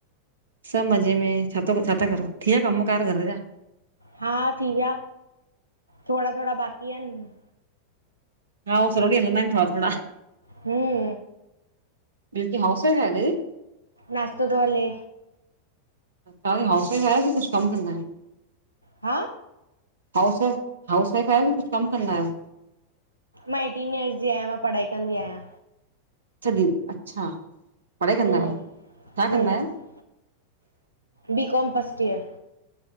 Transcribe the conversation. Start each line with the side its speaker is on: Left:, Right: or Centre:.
Right: सब मज़े में, छा थो, छा था करो, थी वया कम कार घर जा?
Left: हा थी विया, थोड़ा थोड़ा बाक़ी आहिन।
Right: हा, उह सज्यो ॾीहं हलंदा आइन थोड़ा थोड़ा।
Left: हम्म।
Right: ब्यो कि, हाउस वाइफ आयो दीदी?
Left: नाश्तो तो हले।
Right: तां हाउस वाइफ आयो कि कुछ कम कंदा आयो?
Left: हा
Right: हाउस वाइफ, हाउस वाइफ आहियो कि कुछ कम कंदा आहियो?
Left: मां एटीन ईयर्स जी आहियां, मां पढ़ाई कंदी आहियां।
Right: अच्छा दी अच्छा, पढ़ाई कंदा
Left: हम्म
Right: आहियो, छा
Left: हम्म
Right: कंदा आहियो?
Left: बी कॉम, फर्स्ट ईयर।